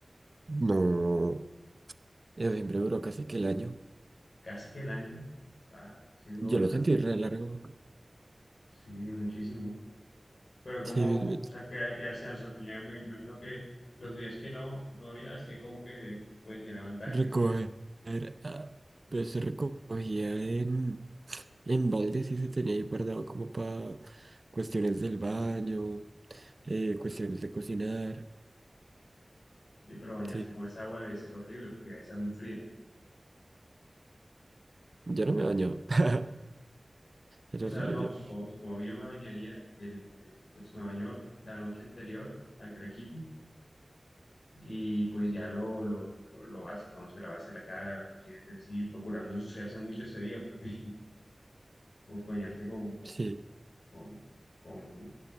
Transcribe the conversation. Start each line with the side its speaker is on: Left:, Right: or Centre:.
Right: No. Eso siempre duró casi que el año.
Left: Casi que el año, ah, sí duró
Right: Yo
Left: bastante,
Right: lo sentí re largo.
Left: sí, muchísimo, pero como,
Right: Sí, me-
Left: o sea, ¿qué, qué hacían? O sea, tenía, me imagino que los días que no, no había, hacían como que, pues llenaban tanques
Right: recoger.
Left: y eso,
Right: ah, pues se recogía en, en baldes y se tenía ahí guardado como para cuestiones del baño, eh, cuestiones de cocinar.
Left: y pero bañarse
Right: Sí.
Left: con esa agua debe ser horrible porque debe ser muy fría.
Right: Yo no me baño. <laughs> Era
Left: O sea,
Right: horrible
Left: no,
Right: yo.
Left: supongo, supongo que yo me bañaría, el, eh, pues me baño la noche anterior a que la quiten y pues ya lo, lo, lo, lo básico, no sé, lavarse la cara, los dientes, así, procurar no ensuciarse mucho ese día porque <laughs> pues, bañarse con, con,
Right: Sí.
Left: con, con, con-